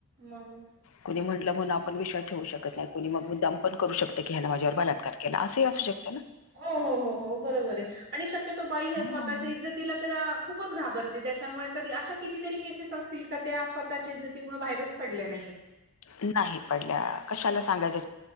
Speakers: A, on the right; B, on the left.
A: मग!
B: कुणी म्हटलं म्हण आपण विश्वास ठेऊ शकत नाही कुणी मग मुद्दाम पण करू शकत की ह्यान माझ्यावर बलात्कार केला असंही असू शकत ना
A: हो हो हो हो बरोबर आहे. आणि शक्यतो बाई ह्या
B: हो
A: स्वतःच्या इज्जतीला तर खूपच घाबरते त्याच्यामुळे कधी अशा कितीतरी केसेस असत तील का ते स्वतःच्या इज्जतीमुळे बाहेरच पडल्या नाहीत
B: नाही पडल्या कशाला सांगायच